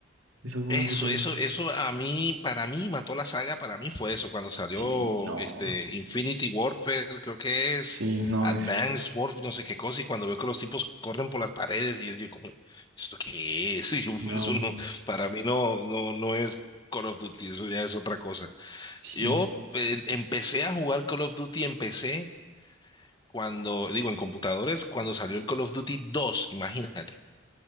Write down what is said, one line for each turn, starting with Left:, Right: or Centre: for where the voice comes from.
Right: Eso como
Left: Eso,
Right: que le...
Left: eso, eso a mí, para mí mató la saga, para mí fue eso, cuando salió
Right: Sí, no.
Left: este Infinity Warfare, creo que es
Right: Sí, no,
Left: Advanced
Right: es...
Left: Warfare, no sé qué cosa, y cuando veo que los tipos corren por las paredes, y yo, yo como, ¿esto qué es? <laughs> Y yo,
Right: No.
Left: eso no, para mí no, no, no es Call of Duty, eso ya es otra cosa.
Right: Sí.
Left: Yo eh, empecé a jugar Call of Duty, empecé cuando, digo, en computadores, cuando salió el Call of Duty dos imagínate.